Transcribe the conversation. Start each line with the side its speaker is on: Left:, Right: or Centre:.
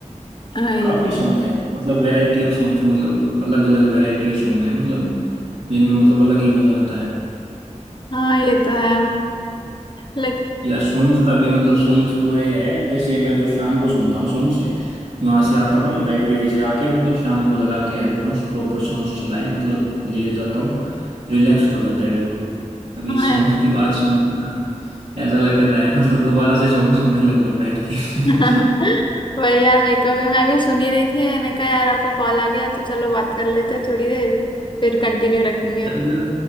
Left: हाँ
Right: काफी
Left: ये
Right: सॉन्ग्स हैं मतलब वैरायटी ऑफ सॉन्ग्स मतलब अलग अलग वैरायटी के सॉन्ग है मतलब जिनमें मतलब अलग ही मजा आता है
Left: हाँ, ये तो है लाइक
Right: यार सॉन्ग्स का भी मतलब सॉन्ग्स को ये है जैसे मैं तो शाम को सुनता हूँ सॉन्ग से वहां से आता हूँ ना लाइब्रेरी से आके मतलब शाम को लगा के हेडफोन्स प्रॉपर सॉन्ग्स चलाए मतलब लेट जाता हूँ रिलैक्स हो जाता है बिल्कुल अभी
Left: हाँ
Right: सॉन्ग्स की बात सुन के ना ऐसा लग कर रहा है मतलब दोबारा से सॉन्ग सुनने लग जाऊं बैठ के
Left: <laughs>
Right: <laughs>
Left: वही यार मेरे को भी मैं भी सुनी रही थी मैंने कहा यार आपका कॉल आ गया तो चलो बात कर लेते हैं थोड़ी देर फिर कंटिन्यू रखेंगे
Right: चलो